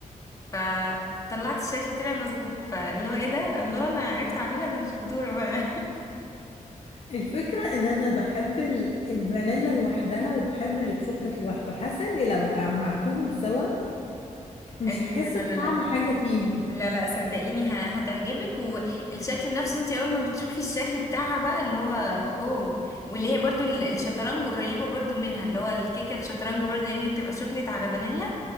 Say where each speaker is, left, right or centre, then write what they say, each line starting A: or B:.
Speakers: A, on the left (about 25°); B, on the left (about 50°).
A: فطلعت الشكل طلع مظبوط فاللي هو إيه ده الله أنا عرفت أعملها ده أنا شطورة بقى
B: الفكرة ان انا بحب ال- الفانيلا لوحدها وبحب الشوكولاتة لوحده حاسة اني لو جمعتهم سوا
A: <laughs>
B: مش
A: لا
B: هحس
A: لا
B: بطعم
A: لا لا
B: حاجة فيهم
A: لا لا صدقيني ه- هتعجبك والشكل نفسه انت اول ما بتشوفي الشكل بتاعها بقى اللي هو اوه واللي هي برضو ال- الشطرنج قريبة برضو منها اللي هو الكيكة الشطرنج برضو لان هي بتبقى شوكليت على فانيلا